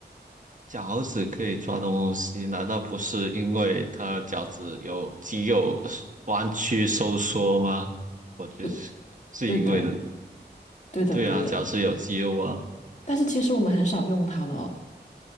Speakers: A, on the right; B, on the left.
A: 脚趾可以抓东西，难道不是因为它脚趾有肌肉弯曲收缩吗？我觉得是是因为的。
B: 对，对的，对的，
A: 对啊，
B: 对的。
A: 脚趾有肌肉啊。
B: 但是其实我们很少用它了哦。